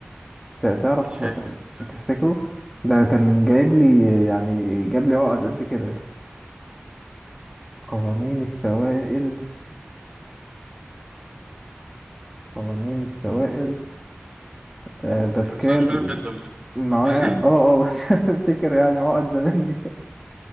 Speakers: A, in the centre; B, on the right.
A: ت- تعرف
B: مش فاكر
A: ت-
B: صدقني.
A: تفتكره ده كان
B: لا
A: جايب لي يعني جاب لي عقد قد كده قوانين السوائل قوانين السوائل آه، باسكال
B: انت بتسألش عليا بجد ولا
A: مواقع
B: ايه
A: اه اه بس <laughs> افتكر يعني عقد زمان دي